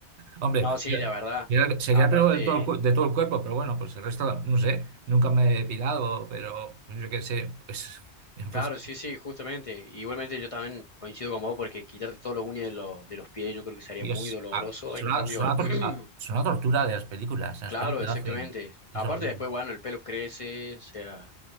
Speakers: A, on the right; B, on the left.
A: Hombre,
B: No, sí, la verdad.
A: sería sería
B: Aparte,
A: pelo de todo el, cu- de todo el cuerpo, pero bueno, pues el resto, no sé, nunca me he depilado, pero yo qué sé, pues, <laughs>
B: claro,
A: pues
B: sí, sí, justamente. Igualmente yo también coincido con vos porque quitarte todas las uñas de los, de los pies yo creo que sería
A: Dios,
B: muy doloroso.
A: ah, suena,
B: En cambio,
A: suena, a tor-
B: <clears throat>
A: a- suena a tortura de las películas. En
B: claro,
A: las películas
B: exactamente.
A: hacen. Es
B: Aparte
A: horrible.
B: después, bueno, el pelo crece, o sea,